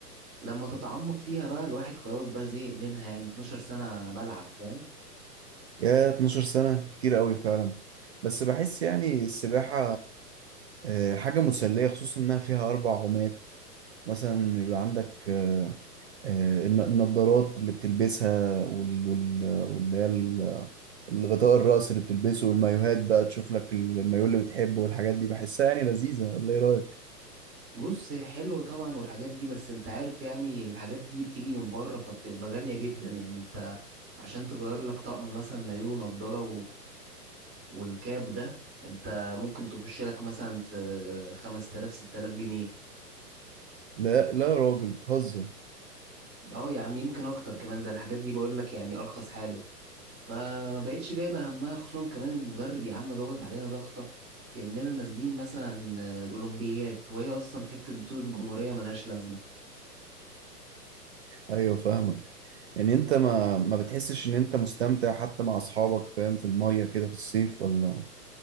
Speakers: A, on the right (about 25°); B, on the right (about 45°).
A: لما تتعمق فيها بقى الواحد خلاص بقى زهق منها يعني 12 سنه بلعب فاهم
B: يا 12 سنة كتير قوي فعلا بس بحس يعني السباحة آه، حاجة مسلية خصوصا إنها فيها أربع عومات مثلا بيبقى عندك آه، آه، الن- النضارات اللي بتلبسها وال- وال- واللي هي ال- الغطاء الرأس اللي بتلبسه والمايوهات بقى تشوف لك المايوه اللي بتحبه والحاجات دي بحسها يعني لذيذة ولا إيه رأيك؟
A: بص هي حلوه طبعا والحاجات دي بس انت عارف يعني الحاجات دي بتيجي من بره فبتبقى غاليه جدا يعني انت عشان تغير لك طقم مثلا مايو نضاره والكاب ده انت ممكن تخش لك مثلا في 5000 6000 جنيه
B: لا لا يا راجل بتهزر
A: اه يا عم يمكن اكتر كمان ده الحاجات دي بقول لك يعني ارخص حاجة فما بقتش جايبة همها خصوصا كمان المدرب يا عم ضاغط علينا ضغطة كأننا نازلين مثلا الأولمبيات وهي أصلا حتة بطولة جمهورية ملهاش لازمة
B: ايوه فاهمك يعني انت ما ما بتحسش ان انت مستمتع حتى مع اصحابك فاهم في المية كده في الصيف ولا